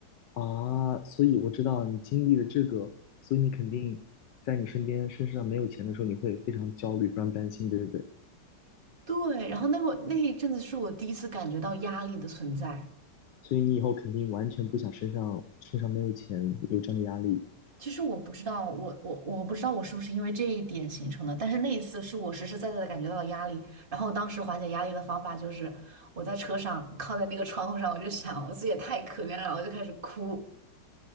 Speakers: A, on the left; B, on the right.
A: 啊，所以我知道你经历了这个，所以你肯定在你身边身上没有钱的时候，你会非常焦虑，非常担心，对不对？
B: 对，然后那会那一阵子是我第一次感觉到压力的存在。
A: 所以你以后肯定完全不想身上身上没有钱有这样的压力
B: 其实我不知道，我我我不知道我是不是因为这一点形成的，但是那一次是我实实在在的感觉到了压力，然后当时缓解压力的方法就是我在车上靠在那个窗户上，我就想我自己也太可怜了，我就开始哭。